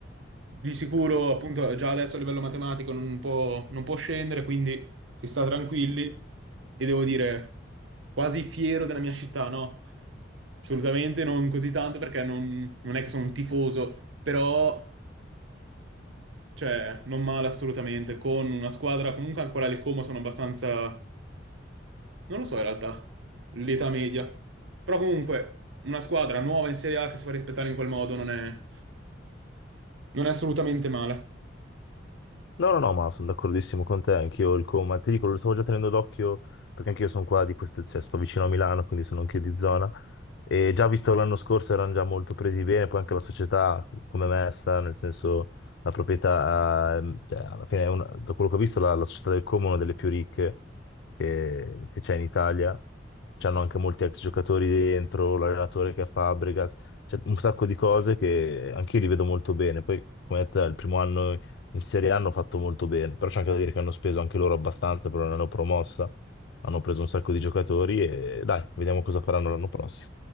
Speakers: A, on the right (about 75°); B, on the left (about 65°).
A: Di sicuro, appunto, già adesso a livello matematico non può, non può scendere, quindi si sta tranquilli e devo dire quasi fiero della mia città, no? Assolutamente non così tanto perché non, non è che sono un tifoso, però cioè, non male assolutamente, con una squadra comunque ancora le Como sono abbastanza, non lo so in realtà, l'età media. Però comunque una squadra nuova in Serie A che si fa rispettare in quel modo non è, non è assolutamente male.
B: No, no, no, ma sono d'accordissimo con te, anch'io il coma, ti dico, lo stavo già tenendo d'occhio perché anch'io sono qua di queste, cioè, sto vicino a Milano, quindi sono anch'io di zona e già visto l'anno scorso erano già molto presi bene, poi anche la società come è messa, nel senso la proprietà, ehm, cioè, alla fine è una- da quello che ho visto la, la società del Como è una delle più ricche che, che c'è in Italia, c'hanno anche molti ex giocatori dentro, l'allenatore che è Fabregas, c'è un sacco di cose che anch'io li vedo molto bene, poi come detto, è il primo anno in Serie A hanno fatto molto bene, però c'è anche da dire che hanno speso anche loro abbastanza, però non l'hanno promossa, hanno preso un sacco di giocatori e dai, vediamo cosa faranno l'anno prossimo.